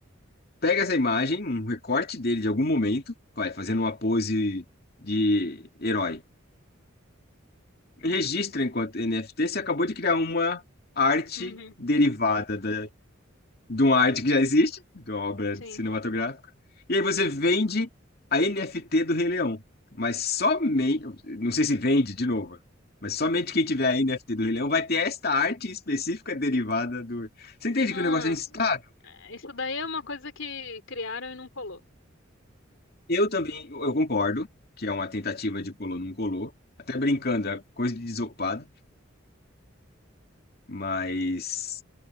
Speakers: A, on the left; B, on the left.
A: pega essa imagem, um recorte dele de algum momento, vai fazendo uma pose de herói. Registra enquanto NFT, você acabou de criar uma arte
B: Uhum,
A: derivada da, de uma arte que já existe, de uma obra
B: sim.
A: cinematográfica. E aí você vende a NFT do Rei Leão. Mas somente, não sei se vende de novo, mas somente quem tiver a NFT do Rei Leão vai ter esta arte específica derivada do. Você entende
B: Ah,
A: que o negócio é instável,
B: é, isso daí é uma coisa que criaram e não colou.
A: Eu também, eu eu concordo que é uma tentativa de colou, não colou. Até brincando, é coisa de desocupado, mas